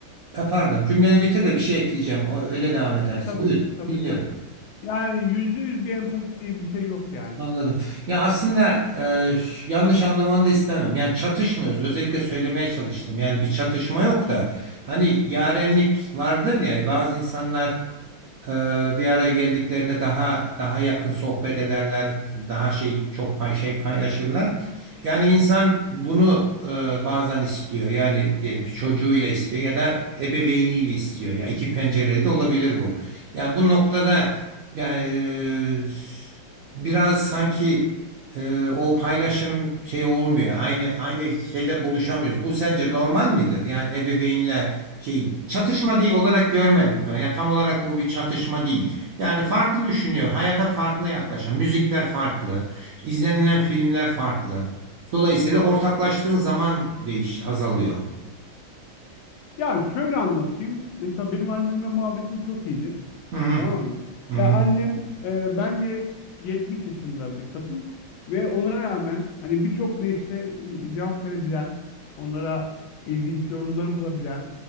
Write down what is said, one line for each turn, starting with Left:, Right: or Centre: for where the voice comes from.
Right: ha, pardon cümleni bitir de bir şey ekleyeceğim. O, öyle devam edersin.
Left: Tabii,
Right: Buyur.
Left: tabii,
Right: Dinliyorum.
Left: tabii. Yani yüzde yüz bir empati diye bir şey yok yani.
Right: Anladım. Ya aslında e, ş- yanlış anlamanı da istemem. Yani çatışmıyoruz. Özellikle söylemeye çalıştım. Yani bir çatışma yok da hani yarenlik vardır ya bazı insanlar Ee, bir araya geldiklerine daha daha yakın sohbet ederler, daha şey çok pay şey paylaşırlar. Yani insan bunu e, bazen istiyor. Yani diyelim ki çocuğuyla istiyor ya da ebeveyniyle istiyor. Ya iki pencereli de olabilir bu. Yani bu noktada yani e, biraz sanki e, o paylaşım şey olmuyor. Aynı aynı şeyde buluşamıyoruz. Bu sence normal midir? Yani ebeveynle şeyin çatışma değil olarak görme lütfen. Yani tam olarak bu bir çatışma değil. Yani farklı düşünüyor, hayata farklı yaklaşan, müzikler farklı, izlenilen filmler farklı. Dolayısıyla ortaklaştığın zaman değiş azalıyor.
Left: Ya şöyle anlatayım. Mesela benim annemle muhabbetim çok iyidir.
Right: Hı hı.
Left: Tamam mı?
Right: Hı hı.
Left: Ya annem e, bence 70 yaşında bir kadın ve ona rağmen hani birçok nesle e, cevap verebilen, onlara ilginç yorumları bulabilen,